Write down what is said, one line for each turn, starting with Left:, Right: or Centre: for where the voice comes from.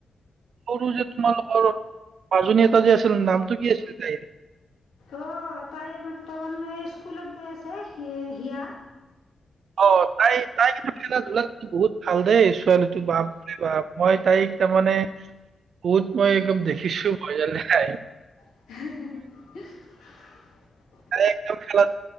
Right: সৰু যে তোমালোকৰ মাজনী এটা যে আছিল নামটো কি আছিল তাইৰ?
Left: অ তাই বৰ্তমান এই স্কুলত গৈ আছে, হি-হিয়া।
Right: অ তাই তাই কিন্ত খেলা ধূলা বহুত ভাল দেই ছোৱালীটো বাপৰে বাপ, মই তাইক তাৰমানে বহুত মই একদম দেখিছো মই যোনাই
Left: হা হা হা
Right: তাই খেলা ধূলাত